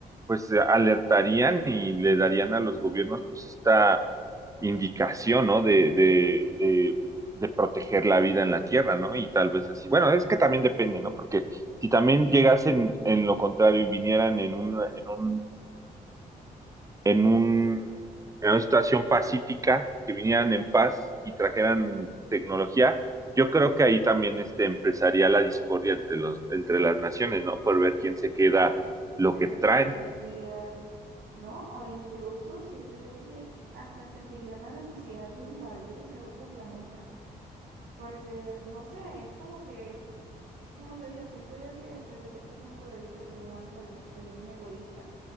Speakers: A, on the right (about 15°); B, on the right (about 80°).
A: pues eh, alertarían y le darían a los gobiernos pues esta indicación, ¿no? De, de, de, de proteger la vida en la Tierra, ¿no? Y tal vez así. Bueno, es que también depende, ¿no? Porque si también llegasen en lo contrario y vinieran en un, en un en un, en una situación pacífica, que vinieran en paz y trajeran tecnología, yo creo que ahí también este, empezaría la discordia entre los, entre las naciones, ¿no? Por ver quién se queda lo
B: Esas
A: que traen,
B: tecnologías ¿no? O incluso siento yo que hasta sentirían la necesidad de invadir ese otro planeta, porque no sé, es como que como te digo, siento yo que desde cierto punto de vista el ser humano tal vez, tal vez es egoísta.